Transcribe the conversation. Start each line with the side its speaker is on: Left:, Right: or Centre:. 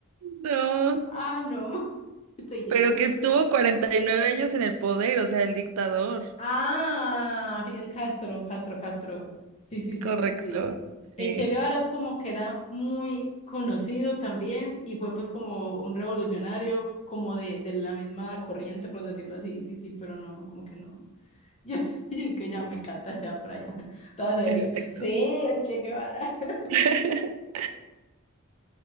Right: no.
Left: Ah, no. <laughs> Estoy lleva.
Right: Pero que estuvo 49 años en el poder, o sea, el dictador.
Left: Ah, Fidel Castro, Castro, Castro. Sí, sí, sí,
Right: Correcto,
Left: sí, sí.
Right: sí,
Left: El Che Guevara es como que era muy conocido también y fue pues como un revolucionario, como de, de la misma corriente, por decirlo así. Sí, sí, pero no, como que no. <laughs> Yo, yo es que ya me encanta ya para allá. <laughs> Toda seria.
Right: exacto.
Left: Sí, el Che Guevara. <laughs>
Right: <laughs>